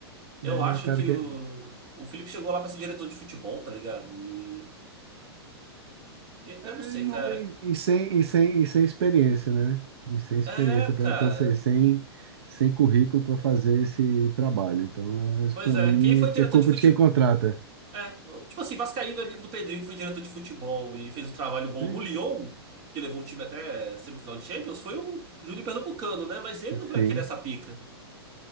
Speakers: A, on the right; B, on the right.
A: Eu
B: é, Ele
A: acho
B: é um cara
A: que
B: que.
A: o,
B: É,
A: o Felipe chegou lá pra ser diretor de futebol, tá ligado? E e-
B: é,
A: eu não sei,
B: não,
A: cara.
B: e, e sem, e, sem, e sem experiência, né? E sem experiência,
A: É,
B: para
A: cara.
B: ser. Sem, sem currículo para fazer esse trabalho. Então,
A: Pois
B: para
A: é,
B: mim,
A: quem foi diretor
B: é culpa
A: de futebol?
B: de quem contrata.
A: É, tipo assim, Vascaíno, é amigo do Pedrinho, que foi diretor de futebol e fez um trabalho bom
B: Tem-
A: no Lyon, que levou o time até semifinal de Champions, foi o Júnior Pernambucano, né? Mas ele não vai
B: Sim.
A: querer essa pica.